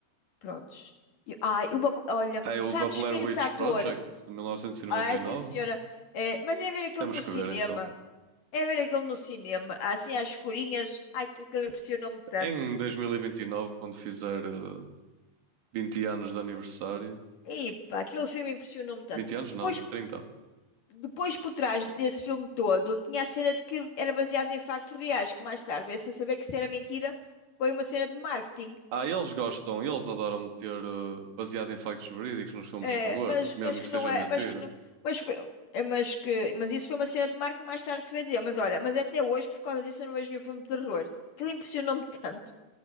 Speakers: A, on the left (about 55°); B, on the right (about 70°).
A: Prontos. E- Ai, uma. co- Olha,
B: Ah, É
A: sabes
B: o da Blair
A: que esse
B: Witch
A: ator.
B: Project de 1999.
A: Ah, sim, senhora. É, mas é ver aquilo
B: Temos
A: no
B: que
A: cinema.
B: ver então.
A: É ver aquilo no cinema. Assim, às escurinhas. Ai, que- aquilo impressionou-me tanto.
B: Em 2029, quando fizer eh, 20 anos de aniversário.
A: E pá, aquele filme impressionou-me tanto.
B: 20 anos não,
A: Pois
B: 30.
A: Depois, por trás desse filme todo, tinha a cena de que era baseado em factos reais, que mais tarde veio-se a saber que isso era mentira, foi uma cena de marketing.
B: Ah, eles gostam, eles adoram meter eh, baseado em factos verídicos nos filmes
A: É,
B: de terror,
A: mas,
B: mesmo
A: mas
B: que
A: que
B: seja
A: não é,
B: mentira.
A: mas que não, mas foi, é, mas que, mas isso foi uma cena de marketing mais tarde que se veio dizer, mas olha, mas até hoje, por causa disso, eu não vejo nenhum filme de terror. Aquilo impressionou-me tanto.